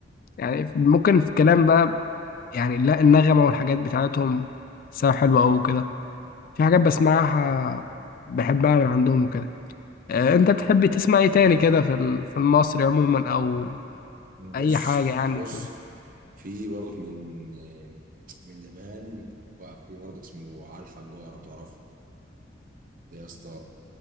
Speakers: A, on the left (about 50°); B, on the right (about 45°).
A: يعني ممكن في الكلام بقى يعني لا النغمة والحاجات بتاعتهم سواء حلوة أو كده في حاجات بسمعها بحبها من عندهم وكده آه، انت بتحب تسمع ايه تاني كده في ال- في المصري عموما او
B: بص
A: اي حاجه يعني
B: بص في برضك من آه، من زمان وفي برضك اسمه علي الحجار لو تعرفه ده يا اسطى